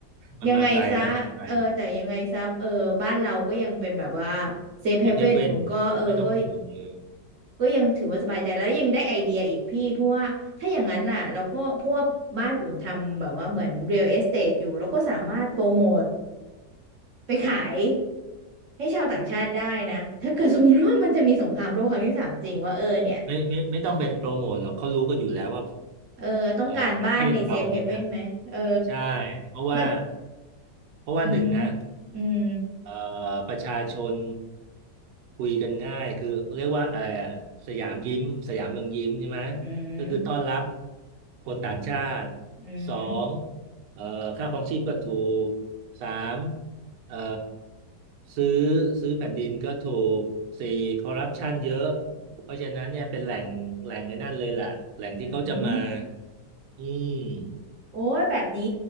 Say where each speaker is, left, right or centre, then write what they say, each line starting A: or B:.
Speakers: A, on the right; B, on the right.
A: มันมาไกลแล้วมาไกล
B: ยังไงซะเออแต่ยังไงซะเออบ้านเราก็ยังเป็นแบบว่า safe
A: เอฟเอฟเว่น
B: haven อุ่นก็เออก็
A: ไม่ต้องห่วงเลย
B: ก็ยังถือว่าสบายใจแล้วยังได้ไอเดียอีกพี่เพราะว่าถ้าอย่างนั้นน่ะเราก็พวกบ้านอุ่นทำแบบว่าเหมือน real estate อยู่เราก็สามารถโปรโมทไปขายให้ชาวต่างชาติได้นะถ้าเกิดสมมติว่ามันจะมีสงครามโลกครั้งที่สามจริงว่าเออเนี่ย
A: ไม่ไม่ไม่ต้องไปโปรโมทหรอกเขารู้กันอยู่แล้วว่า
B: เออต้องการบ้านในเซฟเฮเว่นไหมเออ
A: เอ่อประเทศเราเนี่ยใช่เพราะว่า
B: มัน
A: เพราะว่าหนึ่งนะ
B: อืมอืม
A: เอ่อประชาชนคุยกันง่ายคือเรียกว่าอะไรอ่ะสยามยิ้มสยามเมืองยิ้มใช่ไหม
B: อืม
A: ก็คือต้อนรับคนต่างชาติ
B: อืม
A: สองเอ่อค่าครองชีพก็ถูกสามเอ่อซื้อซื้อแผ่นดินก็ถูกสี่คอร์รัปชันเยอะเพราะฉะนั้นเนี่ยเป็นแหล่งแหล่งไอ้นั่นเลยแหละแหล่งที่เขาจะมา
B: อืม
A: อืม
B: โอ้ยแบบนี้